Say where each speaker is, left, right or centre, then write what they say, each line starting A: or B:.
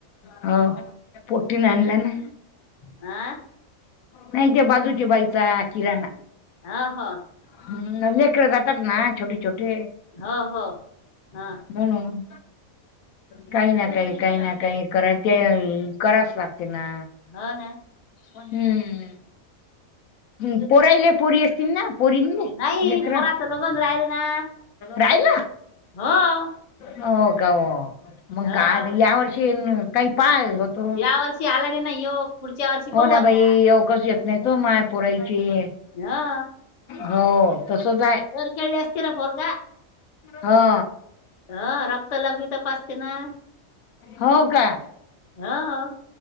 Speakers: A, on the left; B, on the left.
A: ह पोटीन आणला ना.
B: आ..
A: नाही ते बाजूचे बाईचा किराणा.
B: आ, हा.
A: हम्, लेकर जातात ना छोटी -छोटी?
B: हो, हो, हा.
A: म्हणून, काही ना काही, काही ना काही करा ते, कराच लागते ना,
B: हो ना
A: हम्म हम, पोरयले पोरी असतील ना? पोरीनले
B: नाही
A: लेकरं,
B: पोराचं लग्न राहिलं ना
A: राहिल?
B: हो
A: हो का वो, मग
B: ह
A: का, या वर्षी काही काय आणलं? त,
B: या वर्षी आला नाही ना योग पुढच्या वर्षी
A: हो
B: पाहू
A: ना
B: आता
A: बाई योग ग, येत नाही वो, माय पोरायचीये.
B: हा
A: हो, तसच हाय..
B: खेळले असते ना पोरगा
A: हा
B: ह रक्त लगवी तपासते ना.
A: हो का?
B: हा.